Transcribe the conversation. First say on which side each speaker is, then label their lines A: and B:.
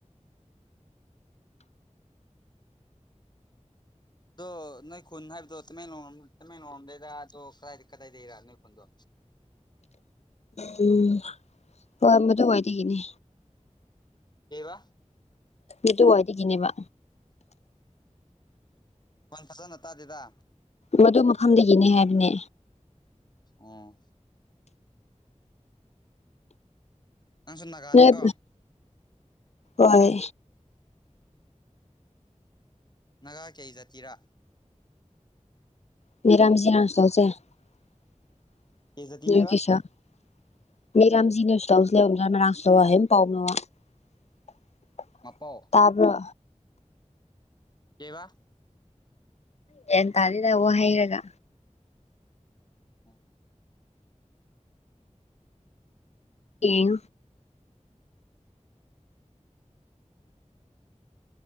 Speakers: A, on the left; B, on the left.
A: ꯑꯗꯣ ꯅꯣꯏ ꯈꯨꯟ ꯍꯥꯏꯕꯗꯣ ꯇꯃꯦꯡꯂꯣꯡ ꯇꯃꯦꯡꯂꯣꯡꯔꫭꯝꯗꯩꯔꯥ ꯑꯗꯣ ꯀꯗꯥꯏꯗꯒꯤꯔꯥ ꯅꯣꯏ ꯈꯨꯟꯗꯣ꯫
B: ꯎꯝ ꯍꯣꯏ ꯃꯗꯨꯋꯥꯏꯗꯒꯤꯅꯦ꯫
A: ꯀꯩꯕꯥ꯫
B: ꯑꯗꯨꯋꯥꯏꯗꯒꯤꯅꯦꯕ꯫
A: ꯅꯪ ꯐꯖꯅ ꯇꯥꯗꯦꯗꯥ꯫
B: ꯃꯗꯨ ꯃꯐꯝꯗꯒꯤꯅꯦ ꯍꯥꯏꯕꯅꯦ꯫
A: ꯑꯣꯝ ꯅꯪꯁꯨ ꯅꯥꯒꯥꯅꯤꯀꯣ꯫
B: ꯅꯣꯏ ꯍꯣꯏ꯫
A: ꯅꯥꯒꯥ ꯀꯩ ꯖꯥꯇꯤꯔꯥ꯫
B: <unintelligible> <unintelligible>
A: ꯀꯩ ꯖꯥꯇꯤꯅꯦꯕ ꯃꯄꯥꯎ
B: ꯇꯥꯕ꯭ꯔꯣ꯫
A: ꯀꯩꯕꯥ꯫
B: ꯒ꯭ꯌꯥꯟ ꯇꯥꯗꯦꯗ ꯋꯥ ꯍꯩꯔꯒ꯫
A: ꯑꫭ
B: ꯌꯦ